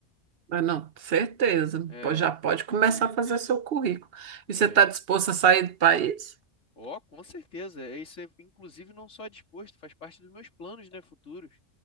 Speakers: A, on the right; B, on the left.
A: Ah, não, certeza.
B: É,
A: Pô, Já pode começar a fazer seu currículo. E
B: é.
A: você está disposto a sair do país?
B: Ó, com certeza. É Isso é, inclusive, não só disposto, faz parte dos meus planos, né, futuros.